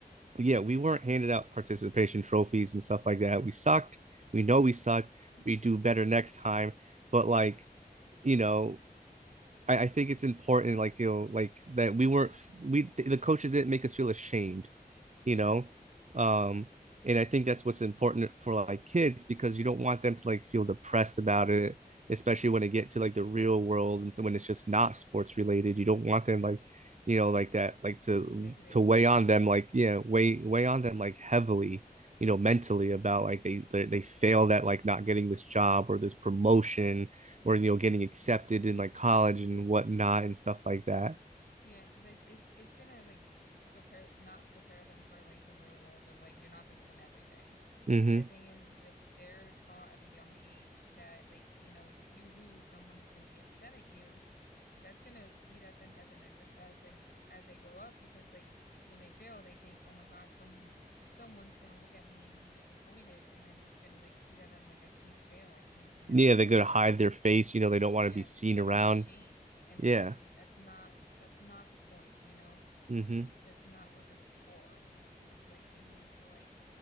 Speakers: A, on the right; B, on the left.
A: yeah we weren't handed out participation trophies and stuff like that we sucked we know we sucked
B: <laughs>
A: we do better next time but like you know I, I think it's important like you know like that we weren't we the coaches didn't make us feel ashamed
B: Yeah.
A: you know um and i think that's what's important for like kids because you don't want them to like feel depressed about it especially when they get to like the real world and so when it's just not sports related you don't want them like you know like that like to
B: Negative
A: to
B: feelings.
A: weigh on them like yeah weigh weigh on them like heavily you know mentally about like they they, they failed at like not getting this job or this promotion or you know getting accepted in like college and whatnot and stuff like that
B: Yeah, because it, it's it's gonna like prepare not prepare them for like the real world of like you're not gonna win everything.
A: mm-hmm.
B: And the thing is, is if they're taught at a young age that like you know if you lose, someone is gonna be upset at you. That's gonna eat at them as an ad as like as they grow up because like when they fail, they think, oh my gosh, some someone's gonna look at me and be disappointed, and then it's gonna like eat at them like I can't fail, I can't be that
A: yeah
B: failure.
A: they go to hide their face you know they don't
B: Yeah,
A: want to be seen
B: they're
A: around
B: gonna be ashamed, and
A: Yeah.
B: it's like that's not that's not the point, you know?
A: hmm
B: That's not what this is for. This is like you need to like